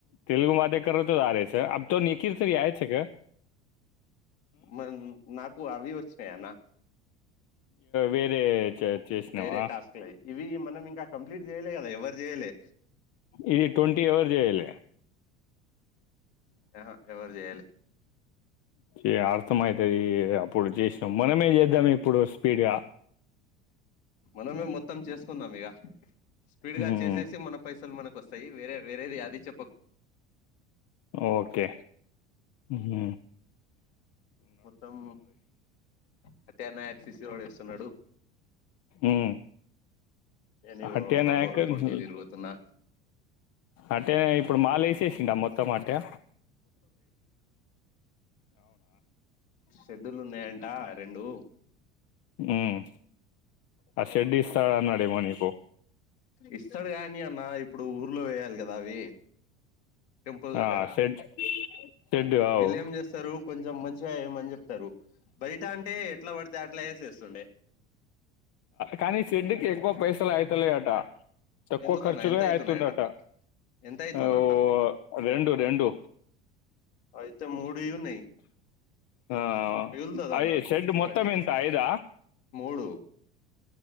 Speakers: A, on the left; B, on the left.
A: తెలుగు బాతే <unintelligible> అబ్బతే <unintelligible>
B: మన నాకు అవ్వి వచ్చినాయి అన్న
A: వేరే చే- చేసినావా
B: వేరే టాస్క్ లయి ఇవి మనం ఇంకా కంప్లీట్ చేయలే కదా ఎవర్ చేయలే
A: ఇవి ట్వంటీ ఎవర్ జేయలే
B: ఆహా ఎవరు జేయలే
A: ఇగ అస్తమాయితది అప్పుడు చేసినాం మనమే చేద్దాం ఇప్పుడు స్పీడ్ గా
B: మనమే మొత్తం చేసుకుందాం ఇగ స్పీడ్
A: హ్మ్
B: గా చేసేసి మన పైసలు మనకు వస్తాయి వేరే వేరేది అది చె
A: ఓకే ఉమ్
B: మొత్తం సత్యానాయ ఏకాశశివాడు ఇస్తునాడు
A: ఉమ్
B: నేను
A: అంటె నాయక
B: రోడ్
A: కన్ఫ్యూ
B: పొంటి తిరుగుతున్నా
A: అంటే ఇప్పుడు మాల వేసేసిండా మొత్తం వాడికే
B: సేద్దులు ఉన్నాయంట రెండు
A: ఉమ్ ఆ షెడ్ ఇస్తాడు అన్నాడేమో నీకు
B: ఇస్తాడు గాని అన్న ఇప్పుడు ఊర్లో వేయాలి కదా అవి టెంపుల్ దగర
A: ఆ షెడ్ షెడ్ అవు
B: వీళ్లు ఏంచేస్తరూ మంచిగా ఏమామని చెప్తారు బయట అంటే ఎట్లా పడితే అట్లా వేసేస్తుండే
A: కానీ షెడ్ కి ఎక్కువ పైసలు అయితలేదట తక్కువ
B: ఎందుకన్నా
A: ఖర్చులే
B: ఎంత అయితున్నాయంట
A: అయితుందట
B: ఎంత అయితుందంట
A: అవో రెండు రెండు
B: అయితే మూడుయి ఉన్నాయి
A: ఆ!
B: మిగులుతది
A: అది
B: అన్నట్టు
A: షెడ్
B: ఒకటి
A: మొత్తం ఎంత ఐదా
B: మూడు